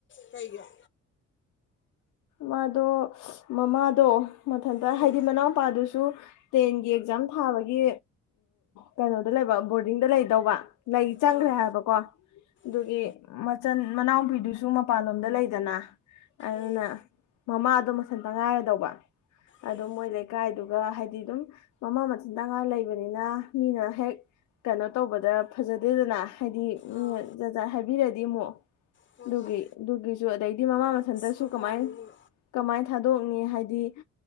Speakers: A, on the left; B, on the left.
A: ꯀꯩꯌꯥ
B: ꯃꯥꯗꯣ ꯃꯃꯥꯗꯣ ꯃꯊꯟꯇ
A: ꯎꯝ
B: ꯍꯥꯏꯗꯤ ꯃꯅꯥꯎꯄꯥꯗꯨꯁꯨ ꯁꯨ ꯇꯦꯟꯒꯤ ꯑꯦꯛꯖꯥꯝ ꯊꯥꯕꯒꯤ ꯀꯩꯅꯣꯗ ꯂꯩꯕ ꯕꯣꯔꯗꯤꯡꯗ ꯂꯩꯗꯧꯕ ꯂꯩ ꯆꯪꯈ꯭ꯔꯦ
A: ꯑꯥ
B: ꯍꯥꯏꯕꯀꯣ ꯑꯗꯨꯒꯤ
A: ꯎꯝ
B: ꯃꯆꯟ ꯃꯅꯥꯎꯕꯤꯗꯨꯁꯨ ꯃꯄꯥꯟꯂꯣꯝꯗ ꯂꯩꯗꯅ ꯑꯗꯨꯅ
A: ꯎꯝ
B: ꯃꯃꯥꯗꯣ ꯃꯟ ꯇꯉꯥꯏꯔꯗꯧꯕ
A: ꯎꯝ
B: ꯑꯗꯨ ꯃꯣꯏ ꯂꯩꯀꯥꯏꯗꯨꯒ ꯍꯥꯏꯗꯤ ꯑꯗꯨꯝ ꯃꯃꯥ ꯃꯟ ꯇꯉꯥꯏꯔ ꯂꯩꯕꯅꯤꯅ ꯃꯤꯅ ꯍꯦꯛ ꯀꯩꯅꯣ ꯇꯧꯕꯗ ꯐꯖꯗꯦꯗꯅ ꯍꯥꯏꯗꯤ ꯃꯤꯅ
A: ꯑꯥ
B: ꯖꯖ ꯍꯥꯏꯕꯤꯔꯗꯤ ꯑꯃꯨꯛ
A: ꯍꯣꯏ
B: ꯑꯗꯨꯒꯤ
A: ꯍꯣꯏ
B: ꯑꯗꯨꯒꯤꯁꯨ ꯑꯗꯩꯗꯤ ꯃꯃꯥ ꯃ ꯊꯟꯗꯔꯁꯨ
A: ꯑꯁ ꯃꯊꯥꯅꯤꯅꯦ
B: ꯀꯃꯥꯏ ꯀꯃꯥꯏꯅ ꯊꯥꯗꯣꯛꯅꯤ ꯍꯥꯏꯗꯤ